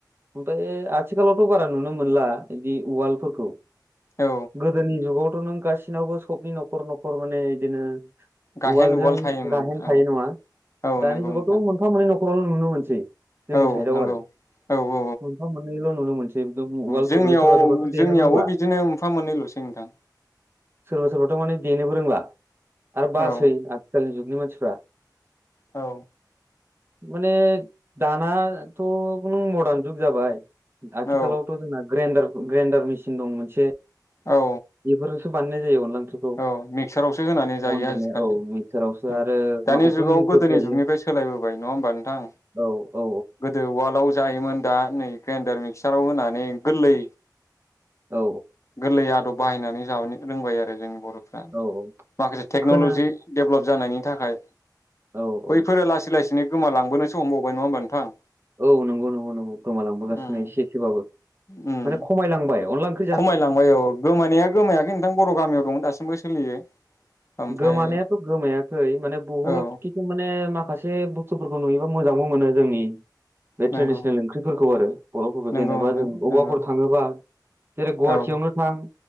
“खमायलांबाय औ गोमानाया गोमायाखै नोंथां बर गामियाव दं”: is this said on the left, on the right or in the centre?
Left